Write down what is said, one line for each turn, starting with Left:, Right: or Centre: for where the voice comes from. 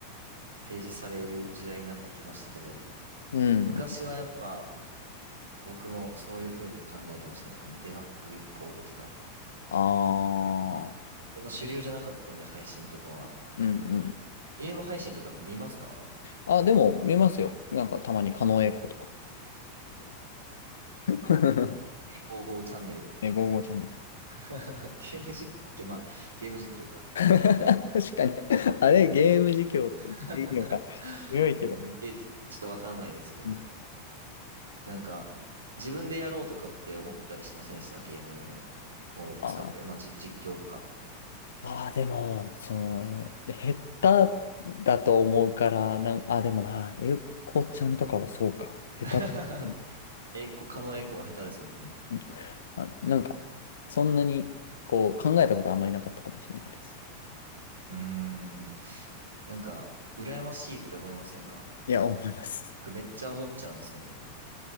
Right: 提示される時代になってきましたけど、
Left: うん。
Right: 昔はやっぱ僕もそういう風に考えてましたね。でもデバッグ行こうとか。
Left: ああ、
Right: そんな主流じゃなかったんで、配信とかは。
Left: うんうん。
Right: ゲーム配信とか見ますか
Left: あ、でも見ますよ。なんかたまに狩野英孝とか。<laughs>
Right: 栄光号チャンネル。
Left: え、ゴーゴーちゃんね。
Right: <laughs> ゲーム実況、まあ、ゲーム実況か。
Left: <laughs> 確かに。
Right: まあれも。
Left: あれ、ゲーム実況って言っていいのか。
Right: <laughs>
Left: 強いけど。
Right: うん、言って、ちょっとわかんないですけど。
Left: うん
Right: なんか、自分でやろうとかって思ったりしませんでしたゲームを使って。
Left: あー
Right: まあ、じ実況とか。
Left: まあー、でも、その、減っただと思うから、なん、あ、でもな、えこちゃんとかはそうか。下手。
Right: <laughs>
Left: う
Right: 栄光、狩野英孝は下手ですもんね。
Left: んあ、なんか、そんなに、こう、考えたことあんまりなかったかもしれないです。
Right: うーん。なんか、羨ましいって思いませんか
Left: いや、思います。
Right: 僕めっちゃ思っちゃうんですよね。